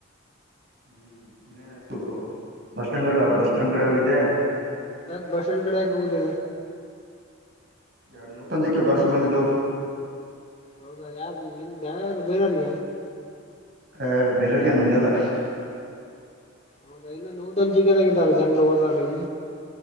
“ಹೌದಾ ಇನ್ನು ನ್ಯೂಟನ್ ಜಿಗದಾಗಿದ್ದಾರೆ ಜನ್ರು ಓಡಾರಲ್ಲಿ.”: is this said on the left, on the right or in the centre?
Left